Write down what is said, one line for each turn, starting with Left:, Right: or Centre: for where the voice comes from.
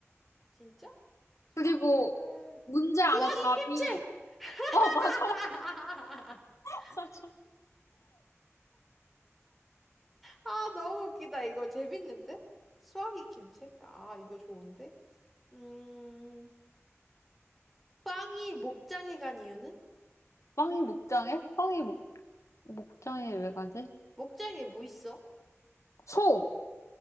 Centre: 진짜? 수학책을
Left: 그리고 문제
Centre: 수학이
Left: 안에 답이,
Centre: 김책! <laughs>
Left: 어, 맞아. <laughs> 맞아.
Centre: 아, 너무 웃기다. 이거 재밌는데? 수학이 김책? 아, 이거 좋은데? 음, 빵이 목장에 간 이유는?
Left: 빵이 목장에? 빵이 목, 목장에 왜 가지?
Centre: 목장에 뭐 있어?
Left: 소!